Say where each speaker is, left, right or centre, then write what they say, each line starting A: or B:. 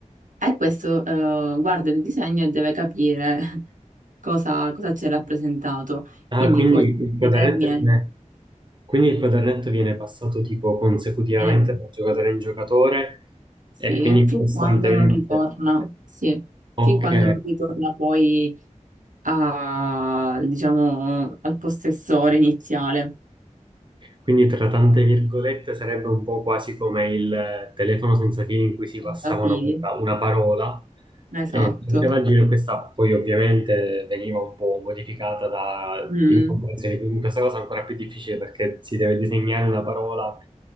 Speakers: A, on the right; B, on the right.
A: e questo eh, guarda il disegno e deve capire <laughs> cosa, cosa c'è rappresentato.
B: Ah,
A: Quindi
B: quindi
A: poi
B: il quadernetto
A: si termina, il-
B: viene, quindi il quadernetto viene passato tipo consecutivamente
A: viene-
B: da giocatore in giocatore
A: sì,
B: e quindi
A: fin
B: costantemente.
A: quando non ritorna, sì,
B: Ok,
A: fin quando non ritorna poi a, diciamo, al possessore iniziale.
B: Quindi tra tante virgolette sarebbe un po' quasi come il eh, telefono senza fili in cui si passava
A: Capiti?
B: una volta una parola
A: Esatto.
B: e faceva giro questa poi ovviamente veniva un po' modificata da
A: Mm,
B: incomprensione, quindi questa cosa è ancora più difficile perché si deve disegnare una parola